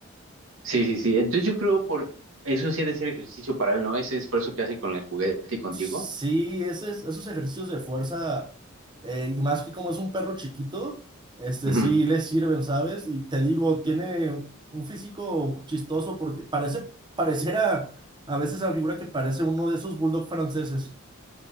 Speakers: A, on the right (about 75°); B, on the right (about 20°).
A: sí, sí, sí. Entonces yo creo por eso sí ha de ser ejercicio para él, ¿no? Ese esfuerzo que hace con el juguete y contigo.
B: Sí, ese- esos ejercicios de fuerza, eh, y más que como es un perro chiquito, este
A: Ujú.
B: sí les sirven, ¿sabes? Y te digo, tiene un físico chistoso porque parece, pareciera a veces la figura que parece uno de esos bulldog franceses.